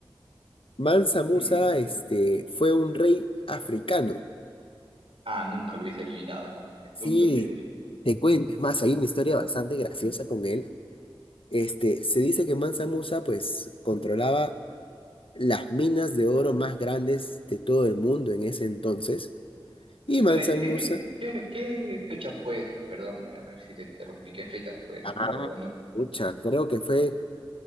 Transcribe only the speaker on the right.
Mm.
Ah, nunca lo hubiese adivinado, ¿no? <laughs>
Nunca lo hubiese adivinado.
Espera,
¿y qué,
qué, qué fecha fue esta? Perdón, eh, a ver si te interrumpí. ¿Qué fechas fueron?
O no.